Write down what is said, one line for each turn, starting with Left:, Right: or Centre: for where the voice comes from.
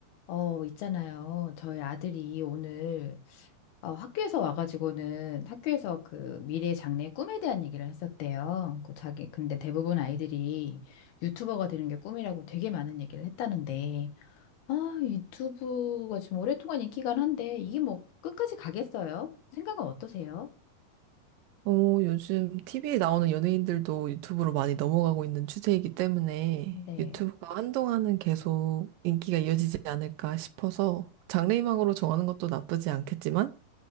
Left: 어, 있잖아요. 저희 아들이 오늘 어, 학교에서 와가지고는 학교에서 그 미래 장래 꿈에 대한 얘기를 했었대요. 그 자기 근데 대부분 아이들이 유튜버가 되는 게 꿈이라고 되게 많은 얘기를 했다는데 아, 유튜브가 지금 오랫동안 인기가 한데 이게 뭐 끝까지 가겠어요? 생각은 어떠세요?
Right: 어, 요즘 TV에 나오는 연예인들도 유튜브로 많이 넘어가고 있는 추세이기 때문에
Left: 네,
Right: 유튜브가 한동안은 계속 인기가 이어지지 않을까 싶어서 장래희망으로 정하는 것도 나쁘지 않겠지만